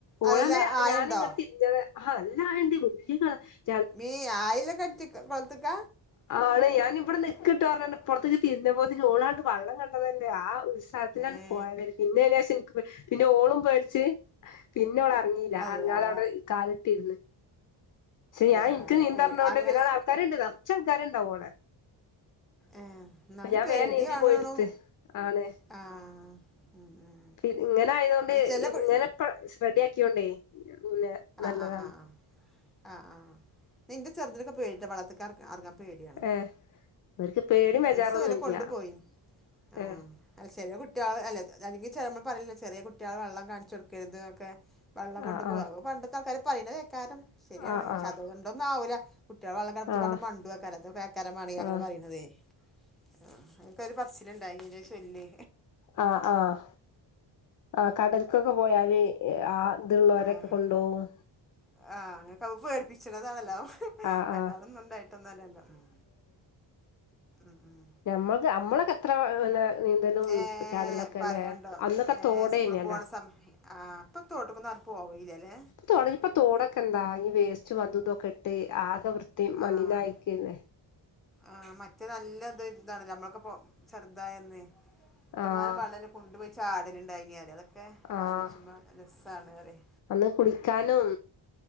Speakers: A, on the left; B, in the centre.
A: ഓളന്ന്
B: അതല്ല ആയണ്ടോ
A: ഞാനിങ്ങട്ട് തിരിഞ്ഞത ആഹ് നല്ല ആയണ്ട് വല്യ കേ
B: ഇമ്മേ ആയല്ല കെൺട്ട്ക് കൊൾത്ത്ക്ക
A: ആണ് ഞാന് ഇവടെ നിക്കിട്ടൊ പറഞാണ്ട് ഇപ്പറത്ത്ക്ക് തിരിഞ്ഞപ്പോത്തിന് ഓളാണ്ട് വള്ളം കണ്ട ണ്ടതല്ലേ ആ ഉത്സാഹത്തിലാണ്
B: ഏ
A: പോയത് പിന്നെ അയ്‌നേഷം ഇൻക്ക് പേടി പിന്നെ ഓളും പേട്ച്ച് പിന്നെ ഓള് എറങ്ങീല്ല
B: അള്ളാ
A: അറങ്ങാതെ അവുടെ കാലിട്ടിര്ന്ന് പക്ഷെ ഞാൻ
B: യാ
A: ഇൻക്ക് നീന്തർഞ്ഞോണ്ട്
B: പേ അങ്ങനെ
A: പിന്നെ ആൾക്കാര്ണ്ട് നർച്ചാൾക്കാര്ണ്ടാവും അവുടെ
B: ഏ എന്നാലും
A: അപ്പം ഞാൻ
B: പേടിയാണാണും
A: വേം നിന്തി പോയിട്ത്ത് അവനെ
B: ആ ഉം ഉം
A: പി ഇങ്ങനെ ആയതോണ്ട്
B: ചില
A: ഇങ്ങനെ
B: കുഴി
A: ക്ക ശ്ര റെഡിയാക്കിയോണ്ടേ പിന്നെ നല്ലതാണ്
B: ആഹ് ആഹ് ആഹ് ആഹ് ആഹ് ഇന്നാ ന്റെ ചെർതിനൊക്കെ പേടിയാട്ടോ വള്ളത്തി ക്ക് അറ അറങ്ങാൻ പേടിയാണ്
A: ഏഹ് ഇവർക്ക് പേടിയും
B: ഉം ഉം
A: ബേജാറൊന്നും
B: ഒരീസോലെ
A: ഇല്ല
B: കൊണ്ടുപോയിനിം ആഹ്
A: ഏഹ്
B: അല്ല ചെറ്യേ കുട്ട്യേള് അല്ല അല്ലെങ്കി ചെ നമ്മള് പറേലില്ലെ ചെറ്യേ കുട്ട്യേളെ വള്ളം കാണിച്ചൊടുക്കര്ത് ന്നൊക്കെ വള്ളം കൊണ്ടു
A: ആഹ്
B: പോക അതൊക്കെ പണ്ടത്താൾക്കാര് പറീണതേക്കാരം
A: ആഹ്
B: ശരിയാണ് പക്ഷെ
A: ആഹ്
B: അതുകൊണ്ടൊന്നും ആവൂല കുട്ട്യാള് വള്ളം <unintelligible>
A: ആഹ് ആഹ്
B: ങ്ങട് മണ്ടൊയ്ക്കാരം അതോക്കെ ആക്കാരം മാണേ
A: ആഹ്
B: അങ്ങനെ പറീണതെ ആഹ് അങ്ങനൊക്കെ ഒര് പറച്ചില് ഇണ്ടായിനിലെ ചൊല്ല്
A: ആ് ആഹ് ആ കടൽക്കൊക്കെ പോയാല് ആഹ് ഇത്ള്ളോരെക്കെ
B: ആഹ്
A: കൊണ്ടോവും
B: ആഹ് ഇങ്ങക്ക് അഹ് പേടിപ്പിച്ചണതാണല്ലാ
A: ആഹ്
B: അല്ലാതൊന്നും
A: ആഹ്
B: ഉണ്ടായിട്ടന്നല്ലല്ലോ ഉം ഊ ഊം
A: ഞമ്മക്ക് ഞമ്മളൊക്കെത്ര പിന്നെ നീന്തലും
B: ഏഹ്
A: ചാടലൊക്കെ
B: പറയണ്ടോ
A: അല്ലേ അന്നൊക്കെ
B: ഏഹ്
A: തോടേനേടാ
B: സ്കൂള് പോണ സമയ ആഹ് പ്പൊ തോട്ട്ക്കൊന്നും എർ പോവയില്ലല്ലേ
A: തൊട് ഇപ്പൊ തോടൊക്കെന്താ ഈ വേസ്റ്റു അതൂ ഇതൊക്കെട്ട് ആകെ വൃത്തി മലിനായിക്കെല്ലെ
B: ആഹ് ആഹ് മറ്റേത് നല്ലത് ഇതാണ് ഞമ്മളൊക്കെ പോ ചെർതായന്ന് എത്രങ്ങാനും
A: ആഹ്
B: വള്ളെ ള്ള കുണ്ടുപോയി ചാടല്ണ്ടായിനിം പറയാ അതൊക്കെ
A: ആഹ്
B: ആലോയ്ച്ചുമ്പ രസ്സാണ് പറെയ്
A: അന്ന് കുളിക്കാനും